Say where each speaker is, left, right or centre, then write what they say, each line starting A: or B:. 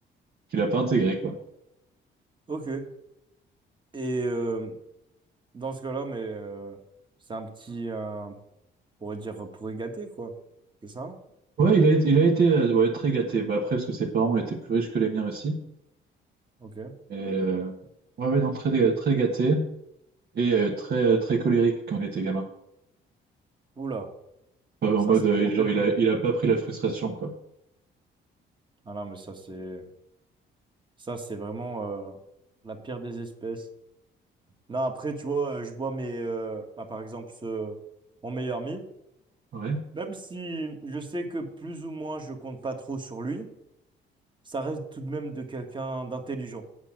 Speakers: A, on the right; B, on the right.
A: qu'il a pas intégré, quoi.
B: Ok. Et euh, dans ce cas-là, mais euh, c'est un petit, un- on pourrait dire pourri gâté, quoi. C'est ça?
A: Ouais, il a, été- il a été euh, ouais, très gâté. Bah, après, parce que ses parents étaient plus riches que les miens aussi.
B: Ok.
A: Et, euh, ouais, ouais, non, très, très gâté. Et euh, très, euh, très colérique quand il était gamin.
B: Oula,
A: Enfin, en
B: ça
A: mode,
B: c'est
A: euh,
B: un mauvais
A: genre,
B: combo.
A: il a, il a pas pris la frustration, quoi.
B: Ah non, mais ça c'est, ça c'est vraiment euh, la pire des espèces. Non, après, tu vois, euh, je vois mes, euh, bah, par exemple, ce, mon meilleur ami.
A: Ouais,
B: Même si je sais que plus ou moins je compte pas trop sur lui, ça reste tout de même de quelqu'un d'intelligent,